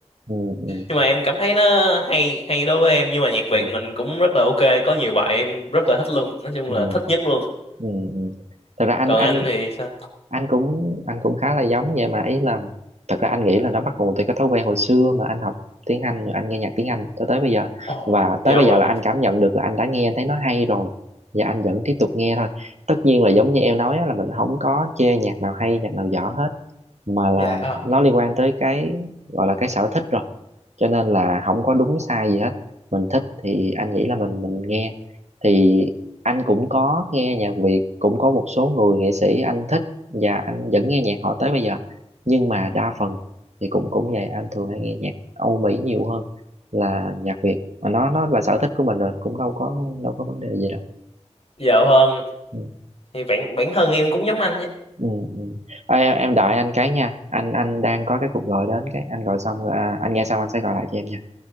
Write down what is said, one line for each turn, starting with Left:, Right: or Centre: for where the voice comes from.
Right: Ừ. Ừ.
Left: nhưng mà em cảm thấy nó hay hay đối với em nhưng mà nhạc Việt
Right: Ừ.
Left: mình cũng rất là ok có nhiều bài em rất là thích luôn nói chung
Right: Ừ.
Left: là thích nhất luôn
Right: Ừ. ừ. Thật ra anh
Left: còn
Right: anh
Left: anh thì sao
Right: anh cũng anh cũng khá là giống vậy mà ý là thật ra anh nghĩ là nó bắt nguồn từ cái thói quen hồi xưa mà anh học tiếng Anh rồi anh nghe nhạc tiếng Anh cho tới bây giờ
Left: ồ
Right: và tới
Left: dạ
Right: bây
Left: vâng
Right: giờ là anh cảm nhận được là anh đã nghe anh thấy nó hay rồi và anh vẫn tiếp tục nghe thôi tất nhiên là giống như em nói á, là mình không có chê nhạc nào hay nhạc nào dở hết mà là
Left: dạ à,
Right: nó liên quan tới cái gọi là cái sở thích rồi cho nên là không có đúng sai gì hết mình thích thì anh nghĩ là mình mình nghe thì anh cũng có nghe nhạc Việt cũng có một số người nghệ sĩ anh thích và anh vẫn nghe nhạc họ tới bây giờ nhưng mà đa phần thì cũng cũng vậy anh thường hay nghe nhạc Âu Mỹ nhiều hơn là nhạc Việt mà nó nó là sở thích của mình rồi cũng đâu có đâu có vấn đề gì đâu
Left: dạ vâng
Right: ừ.
Left: thì bản bản thân em cũng giống anh nhé
Right: Ừ, ừ. Ê, em em đợi anh cái nha anh anh đang có cái cuộc gọi đến cái anh gọi xong rồi à, anh nghe xong anh sẽ gọi lại cho em nha